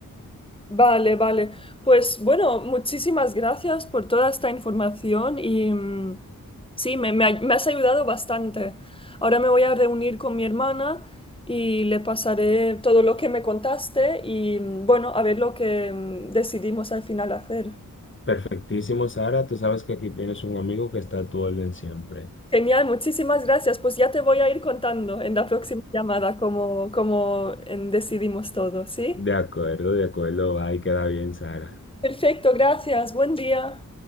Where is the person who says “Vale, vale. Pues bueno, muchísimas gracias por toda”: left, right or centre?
Left